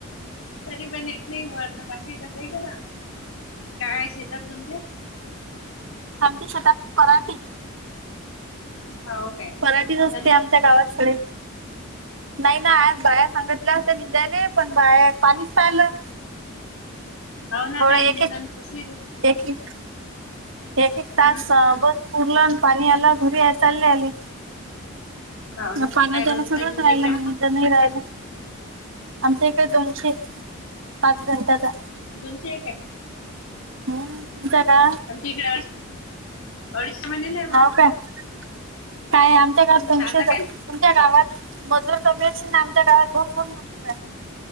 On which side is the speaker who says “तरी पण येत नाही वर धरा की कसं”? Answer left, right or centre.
Left